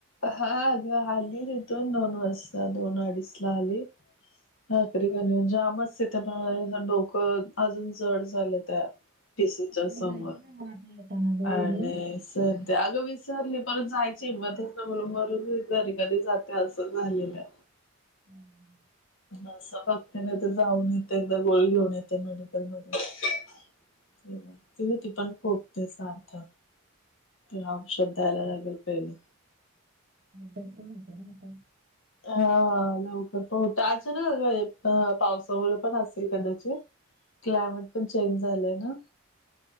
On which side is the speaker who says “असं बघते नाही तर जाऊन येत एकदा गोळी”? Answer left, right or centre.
Left